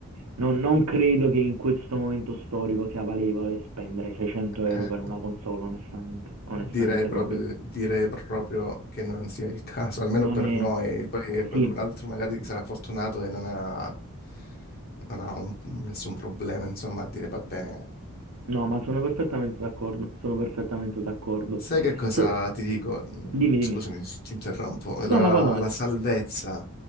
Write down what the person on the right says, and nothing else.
Non, non credo che in questo momento storico sia valevole spendere 600 euro
per una console, onestamente, onestamente
proprio.
Non
è...
Sì,
no, ma sono perfettamente d'accordo, sono perfettamente d'accordo.
So-
Dimmi, dimmi.
No, ma quando mai?